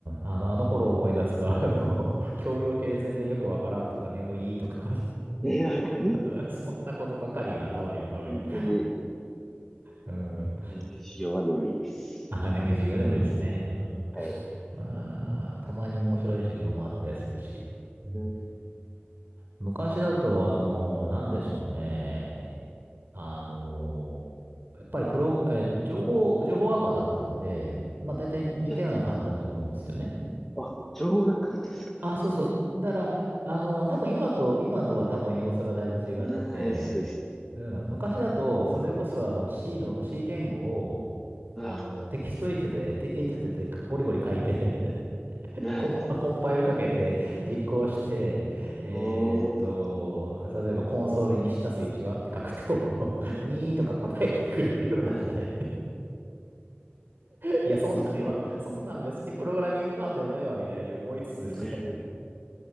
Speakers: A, on the right; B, in the centre.
A: あの、あの頃を思い出すと、あの、<laughs> 教養系全然よくわからんとか、眠いとか、あ
B: えー、わかる
A: の <laughs> そんなことばかりが頭に浮かぶみたい
B: 本当に、
A: な。うん。
B: 眠い授業は眠いです。
A: あ、眠い授業でもいいですね。うん。
B: はい。
A: まあ、たまに面白い授業もあったりするし。うん
B: うん、
A: 昔だと、あの、なんでしょうね。あの、やっぱりプロ、えっと、情報、情報学科だったんで、まあ大体似たような感じだと思うんですよね。
B: え、あ、情報学科ですか。
A: あ、そうそう。だから、あの、多分今と、今とは多分様子がだいぶ違ってて、
B: うん、そうです。
A: うん、昔だと、それこそあの C の、C 言語を、
B: あ、
A: あの、テキストエディターで、テエディターでゴリゴリ書いて
B: ね、
A: <laughs> コンパ、コンパイルかけて実行して、えーっと、
B: おー、
A: 例えばコンソールに下す1はって書くと <laughs> 2とか答えてくれるような時代。
B: うん
A: いや、そんなん今、
B: ね、
A: そんなん別にプログラミングかかんでもええわ、みたいに思いつつですね
B: ね、